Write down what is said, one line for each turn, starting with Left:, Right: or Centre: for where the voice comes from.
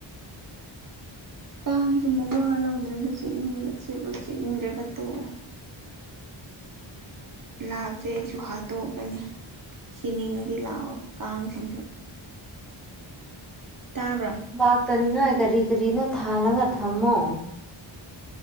Right: ꯀꯥꯡꯁꯨ ꯃꯧꯋꯥ ꯂꯧꯗ꯭ꯔꯦꯗ ꯆꯤꯛꯅꯤꯡꯉꯒ ꯆꯤꯛꯑꫭ ꯆꯤꯛꯅꯤꯡꯗ꯭ꯔꯒ ꯇꯣꯛꯑꯣ ꯂꯥꯛꯇ꯭ꯔ‌ꯦ ꯑꯩꯁꯨ ꯍꯥꯠꯇꯣꯛꯀꯅꯤ ꯁꯤꯅꯤꯡꯉꯗꯤ ꯂꯥꯛꯑꯣ ꯀꯥꯡꯁꯤꯡꯁꯨ ꯇꯥꯕ꯭ꯔꯥ
Centre: ꯂꯥꯛꯇꯅꯤꯉꯥꯏ ꯀꯔꯤ ꯀꯔꯤꯅꯣ ꯊꯥꯜꯂꯒ ꯊꯝꯃꯣ